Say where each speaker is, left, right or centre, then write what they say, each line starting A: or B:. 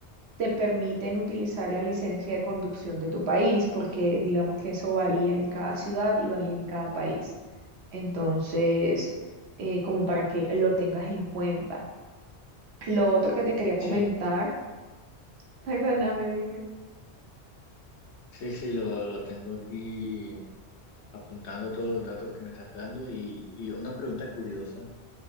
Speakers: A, on the right; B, on the left.
A: te permiten utilizar la licencia de conducción de tu país, porque digamos que eso varía en cada ciudad y varía en cada país. Entonces, eh, como para que lo tengas en cuenta. Lo otro que te quería comentar,
B: sí,
A: <laughs> perdóname, dime,
B: sí, sí, lo, lo tengo aquí apuntando todos los datos que me estás dando y, y una pregunta curiosa.